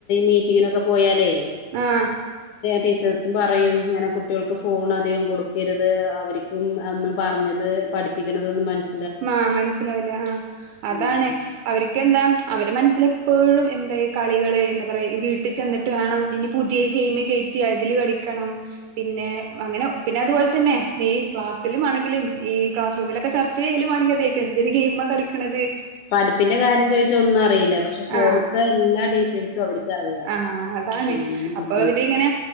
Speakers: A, on the left; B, on the right.
A: മീറ്റിങ്ങിനൊക്കെ പോയാലേ
B: ആഹ്
A: ടീച്ചേഴസ് പറയും ഇങ്ങനെ കുട്ടികൾക്ക് പറയും ഇങ്ങനെ കുട്ടികൾക്ക് ഫോൺ അധികം കൊടുക്കരുത് അവർക്കും അന്നും പറഞ്ഞത് പഠിപ്പിച്ച പഠിപ്പിക്ക <unintelligible>
B: ആ മനസ്സിലാവില്ല ആ അതാണ്
A: ഉം
B: അവർക്ക്െന്താ അവടെ മനസ്സിലെപ്പോഴും എന്താ അവരെ മനസ്സിലെപ്പഴുംഎന്താ കളികള് എന്താ പറയാ വീട്ടിൽ ചെന്നിട്ട് വേണം ഇനി പുതിയഗെയിം കേറ്റാൻ വെള്ളത്തിൽ കളിക്കണം പിന്നെ അങ്ങനെ പിന്നെ അതുപോലെന്നെ ഈ ക്ലാസില ആണെില ഈ ക്ലാസ്റൂമിലൊക്കെ ചർ ചർച്ച ചെയ്യലും മാണിക്കതയ് കാരം എന്തരു ഗെയി കളിക്കണുന്നത്
A: പഠിപ്പിന്റെ കാര്യം ചോദിച്ചാ ഒന്നും അറിയില്ല. പക്ഷെ ഫോണ്ത്തെ
B: ആ
A: എല്ലാ ഡീറ്റെയിൽസും അവർക്കറിയാം.
B: ആഅതാണ്
A: അങ്ങനെയാണ്.
B: അപ്പൊ ഇരി ഇങ്ങനെ